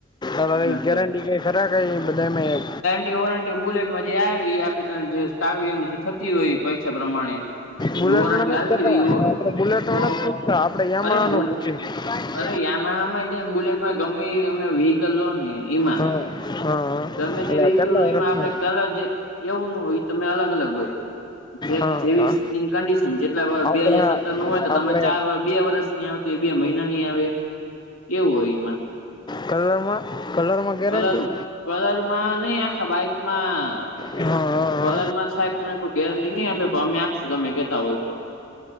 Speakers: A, on the left; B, on the left.
A: હવ
B: એટલે
A: ગેરંટી કંઈ ખરા કંઈ બધા મેં?
B: વેરા બુલેટમાં જે આવી આપે, <unintelligible> એ તો કામમાં જે થતી હોય પૈસા પ્રમાણે.
A: બુલેટમાં
B: વોરંટી
A: નથ
B: હાલતી
A: કહેતા
B: હોય એ
A: આપણે બુલેટ
B: તો
A: માં નથ કહેતા આપણે યામાહા
B: અરે બુલ
A: નો પૂછત.
B: અરે, યામાંહા, હા, ને બુલેટમાં ગમે એમ વિ હિક્લ લો એમાં,
A: હા હા
B: ગમે
A: એટલે
B: તે વિહિકલળો,
A: કેટલા વર્ષનું
B: એમાં આપડે કલર જે, એવું નો હોય, તમે અલગ અલગ હોય, જે
A: હા
B: જેવી
A: હા
B: એની કન્ડિશન, જેટલા
A: આપણા
B: બે હજાર સત્તર, હોય તો તમે
A: આપડે
B: ચાર-બે વર્ષ ની આવતી, બે મહિનાની આવે, એવું હોય એમાં.
A: કલરમાં. કલરમાં ગેરંટી
B: કલરમાં, કલરમાં નહીં, આખા બાઈકમાં.
A: હા. હા
B: કલરમાં સાહેબ, તમને કોઈ ગેરંટી નહીં આપે, પણ અમે આપીશું, તમે કહેતા હોય તો.